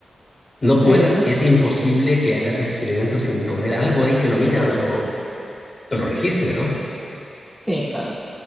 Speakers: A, on the left; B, in the centre.
A: No
B: increíble,
A: puede,
B: ¿no?
A: es imposible que hagas ese experimento sin poner algo ahí que lo mida o, lo o- o lo registre, ¿no?
B: Sí, claro.